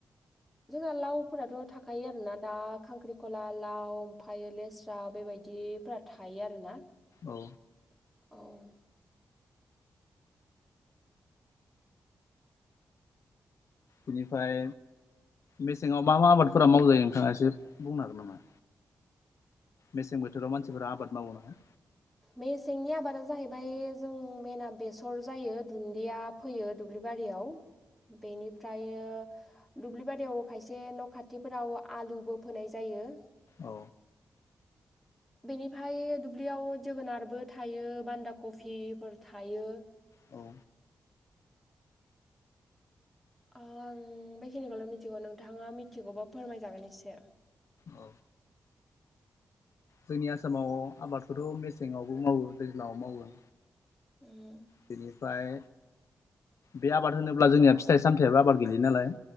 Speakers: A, in the centre; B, on the left (about 60°).
A: जोंना लावफोराथ' थाखायो आरोना दा खांख्रिखला लाव आमफायो लेस्रा बेबायदि बिदिफोरा थायो आरोना
B: औ
A: औ
B: बिनिफ्राय मेसेङाव मा मा आबादफोरा मावजायो नोंथाङा एसे बुंनो हागोन नामा मेसें बोथोराव मानसिफोरा आबाद मावो ना
A: मेसेंनि आबादानो जाहैबाय जों मेना बेसर जायो दुन्दिया फैयो दुब्लि बारियाव बेनिफ्राय दुब्लि बारियाव खायसे न' खाथिफोराव आलुबो फोनाय जायो
B: औ
A: बेनिफ्राय दुब्लियाव जोगोनारबो थायो बान्दा कफिफोर थायो
B: औ
A: आं बेखिनिखौल' मिथिगौ नोंथाङा मिथिगौबा फोरमाय जागोन एसे
B: औ जोंनि आसामाव आबादखौथ' मेसेङावबो मावो दैज्लांआव मावो
A: उम
B: बेनिफ्राय बे आबाद होनोब्ला जोंनिया फिथाइ सामथायाबो आबाद गोलैयो नालाय